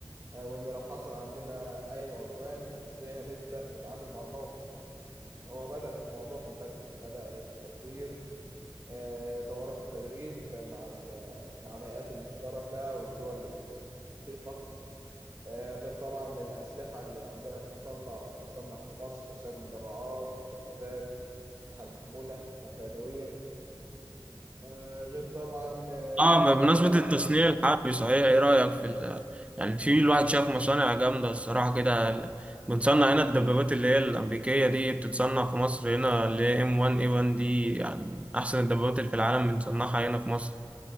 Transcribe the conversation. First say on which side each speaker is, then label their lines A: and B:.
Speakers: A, on the right; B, on the right.
A: آه، وإن لو حصل عندنا أي عدوان إزاي هنبدأ نتعامل مع الموقف هو بدأ في الموضوع من بدري بدأ في تطوير آه، دورات التدريب مع ال- مع الهيئات المشتركة والدول الشقيقة آه، غير طبعا الأسلحة اللي عندنا بتتصنع بقت تتصنع في مصر أسلحة المدرعات والدبابات والأسلحة المحمولة حتى يدويا آه، غير طبعا آه،
B: اه
A: إن هو
B: بمناسبه التصنيع الحربي صحيح ايه رايك في ال- يعني في الواحد شاف مصانع جامده الصراحه كده ال- بنصنع هنا الدبابات اللي هي الامريكيه دي بتتصنع في مصر هنا اللي هي ام 1 اي 1 دي يعني من احسن الدبابات اللي في العالم بنصنعها هنا في مصر